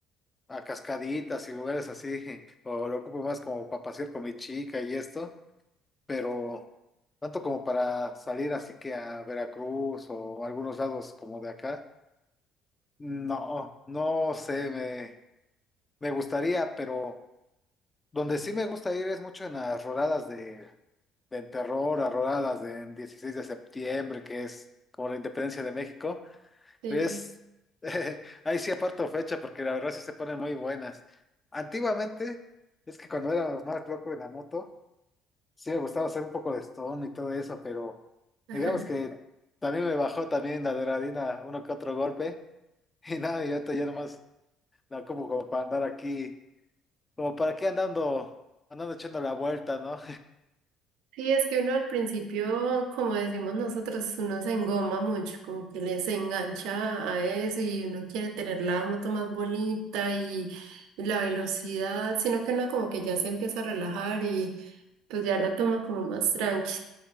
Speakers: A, on the left; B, on the right.
A: a cascaditas y lugares así, <laughs> o lo ocupo más como para pasear con mi chica y esto, pero tanto como para salir así que a Veracruz o algunos lados como de acá, no, no sé, me, me gustaría, pero donde sí me gusta ir es mucho en las rodadas de, de terror, a rodadas de 16 de septiembre, que es como la independencia de México.
B: Sí.
A: Es, <laughs> ahí sí aparto fecha porque la verdad sí se ponen muy buenas. Antiguamente, es que cuando era más loco en la moto, sí me gustaba hacer un poco de stone y todo eso, pero
B: <laughs> Ajá.
A: digamos que también me bajó también la adrenalina uno que otro golpe <laughs> y nada, y ahorita ya nomás, no, como, como para andar aquí, como para aquí andando, andando echando la vuelta, ¿no?
B: Sí, es que uno al principio, como decimos nosotros, uno se engoma mucho, como que les engancha a eso y uno quiere tener la moto más bonita y la velocidad, sino que uno como que ya se empieza a relajar y pues ya la toma como más tranqui.